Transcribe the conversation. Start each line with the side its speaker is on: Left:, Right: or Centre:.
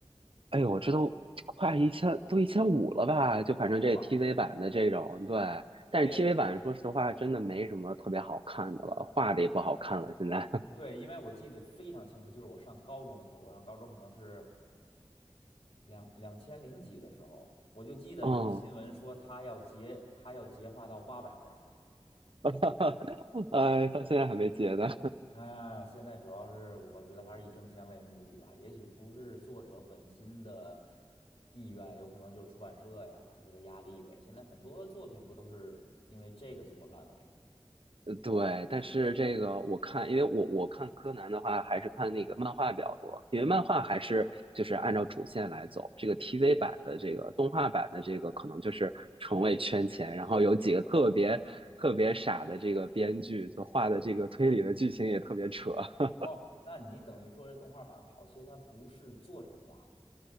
Right: 哎呦，这都快一千，都一千五了吧？就反正这
Left: 是吗？
Right: TV 版的这种，对。
Left: 因为
Right: 但是 TV 版说实话真的没什么特别好看的了，画的也不好看了，现在。
Left: 对，因为我记得非常清楚，就是我上高中的时候，我上高中可能是两两千零几的时候，我就记得有新闻说他要结他要结画到八百画。
Right: <laughs> 嗯，<laughs> 呃，到现在还没结呢。
Left: 哎，现在主要是我觉得还是以挣钱为目的吧，也许不是作者本心的意愿，有可能就是出版社呀给他压力呗。现在很多作品不都是因为这个最后烂尾吗？
Right: 呃对，
Left: 对吧？
Right: 但是这个我看，因为我我看柯南的话，还是看那个漫画比较多，因为漫画还是就是按照主线来走。这个 TV 版的这个动画版的这个，可能就是纯为圈钱，然后有几个特别特别傻的这个编剧，就画的这个推理的剧情也特别扯。<laughs>
Left: 哦，那你等于说这动画版好些它不是作者画的。